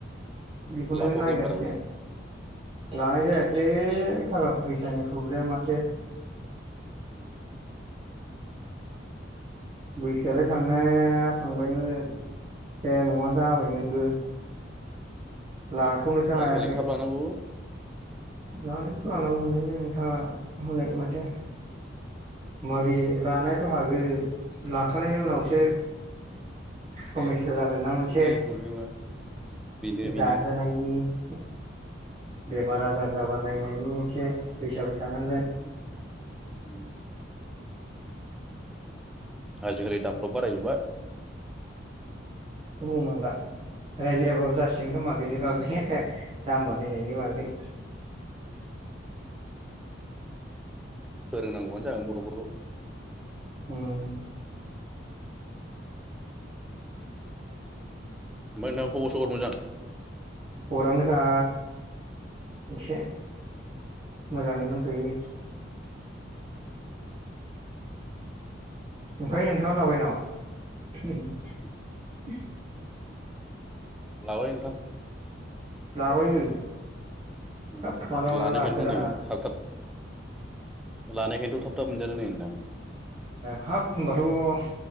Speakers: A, on the right (about 30°); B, in the centre.
A: बेखौनो
B: लाथ'वाखै
A: नायगासिनो।
B: होनबादाबो
A: लानाय जायाखैलै थाखा फैसानि। प्रब्लेम माथो
B: उ उ।
A: बैसोआलाय थां थांनाया थांबायमोन। दे न'आ जाबायमोनबो। <inaudible> लाथ'नोसो
B: आजिखालि
A: हायाखै।
B: थाब लानांगौ
A: लानायाथ' लानांगौमोनलै नोंथां। हनै माथो माबे लानायाथ' हागोन ला खांनायनि उनावसो समायखिरा जागोन ना मोनसे
B: बेनो प्रब्लेमा बेनो
A: <unintelligible>
B: बेनो
A: जाहोनायनि। <inaudible> बेमार आजार जागा नायनायनि एसे फैसाबो थानांगोन
B: उम उम। आजिखालि दामफ्राबो बाराय जोबबाय।
A: बुंनांला रायलायाबाबो जासिगोन खोमा बेनि बागै <unintelligible> दाम बारायनायनि बागै। <inaudible>
B: फोरोंनांगौआनो जागोन गथ'फोरखौ।
A: होम।
B: ओमफ्राय नोंथां खबर सबर मोजां?
A: खबरा मोजां एसे।
B: उम।
A: मोजाङैनो दंथ'यो।
B: उम।
A: ओमफाय नोंथाङा लाबाय नामा? <inaudible>
B: लाबाय नोंथां।
A: लाबायबो
B: उम
A: हाब माला माला
B: लानायखायन्थ'
A: लाखोरा
B: नै थाब थाब लानायखायन्थ' थाब थाब मोनजादों नै नोंथां।
A: हाब होनबाथ'